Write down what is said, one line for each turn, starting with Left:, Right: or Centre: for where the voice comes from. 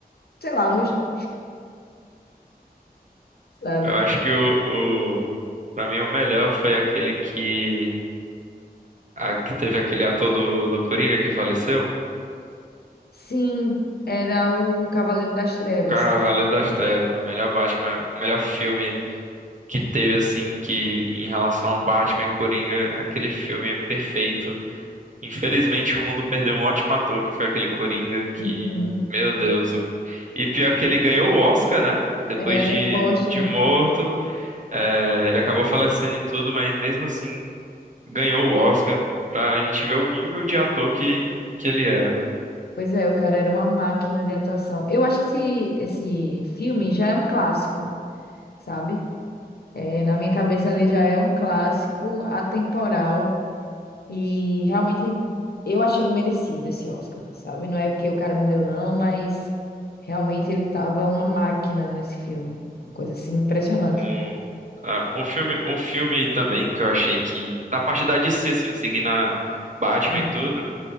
Left: Sei lá, não gostei. Sabe?
Right: Eu acho que o, o... Pra mim, o melhor foi aquele que... a- que teve aquele ator do, do Coringa que faleceu.
Left: Sim, era o Cavaleiro das Trevas.
Right: Cavaleiro das Trevas, o melhor Batman, o melhor filme que teve, assim, que em relação ao Batman e Coringa, aquele filme é perfeito. Infelizmente, o mundo perdeu um ótimo ator, que foi aquele Coringa, que,
Left: Uhum.
Right: meu Deus. o- E pior que ele ganhou o Oscar, né? Depois
Left: É,
Right: de,
Left: próximo.
Right: de morto. É, ele acabou falecendo e tudo, mas mesmo assim ganhou o Oscar pra gente ver o nível de ator que, que ele era.
Left: Pois é, o cara era uma máquina de atuação. Eu acho esse, esse filme já é um clássico, sabe? É, na minha cabeça ele já é um clássico atemporal e realmente eu achei merecido esse Oscar, sabe? Não é porque o cara morreu não, mas realmente ele tava uma máquina nesse filme. Uma coisa assim impressionante.
Right: Um, ah, um filme, um filme também que eu achei que, na parte da DC, assim, seguindo a Batman
Left: Hum.
Right: e tudo,